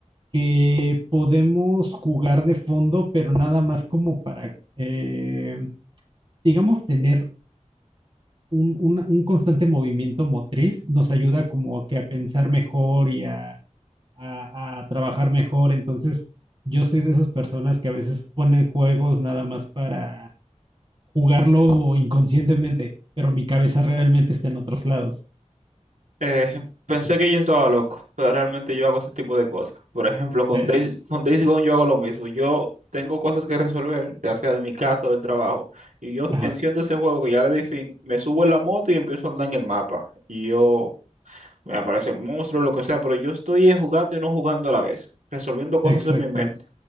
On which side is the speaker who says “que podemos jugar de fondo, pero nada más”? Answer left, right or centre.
Right